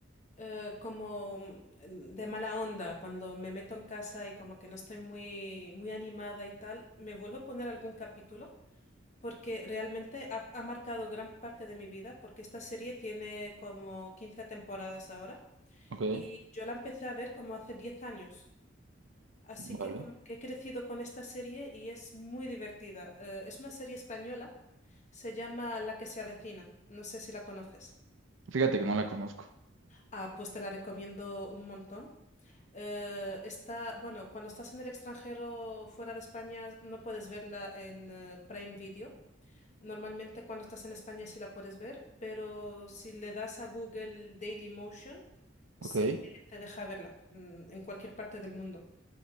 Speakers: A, on the left; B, on the right.
A: eh, como mm, de mala onda, cuando me meto en casa y como que no estoy muy, muy animada y tal, me vuelvo a poner algún capítulo porque realmente ha, ha marcado gran parte de mi vida porque esta serie tiene como 15 temporadas ahora
B: Ok,
A: y yo la empecé a ver como hace 10 años. Así
B: vale.
A: que como que he crecido con esta serie y es muy divertida. Eh, es una serie española, se llama La que se avecina. No sé si la conoces.
B: Fíjate que no la conozco.
A: Ah, pues te la recomiendo un montón. Eh, está, bueno, cuando estás en el extranjero fuera de España no puedes verla en eh, Prime Video. Normalmente cuando estás en España sí la puedes ver, pero si le das a Google Daily Motion, sí
B: Ok,
A: que te deja verla mm, en cualquier parte del mundo.